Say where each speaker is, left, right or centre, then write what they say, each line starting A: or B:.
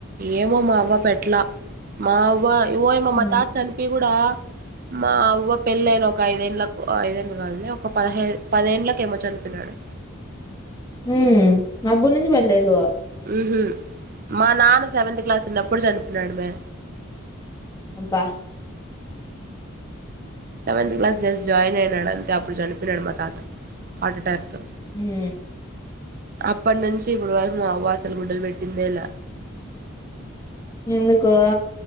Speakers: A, on the right; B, on the left.
A: ఏమో మా అవ్వ పెట్లా మా అవ్వ వోయమ్మ
B: హ్మ్
A: మాతాత చనిపి కూడా మా అవ్వ పెళ్ళయిన ఒక ఐదేండ్లకు ఐదేళ్ళు కాదులే ఒక పదిహే పదేండ్లలకేమో చనిపోయినాడు.
B: ఉ అబ్బు నుంచి పట్టలేదువ
A: ఉహుమ్ మా నాన్న సెవెంత్ క్లాస్ ఉన్నప్పుడు చనిపినడమే
B: అబ్బా
A: సెవెంత్ క్లాస్ జస్ట్ జాయిన్ అయినాడు అంతే అప్పుడు చనిపోనాడు మా తాత హార్ట్ ఎటాక్ తో
B: హూ
A: అప్పటి నుంచి ఇప్పుడు వరకు మా అవ్వ అసలు గుడ్డలు పెట్టిందేలా
B: ఎందుకూ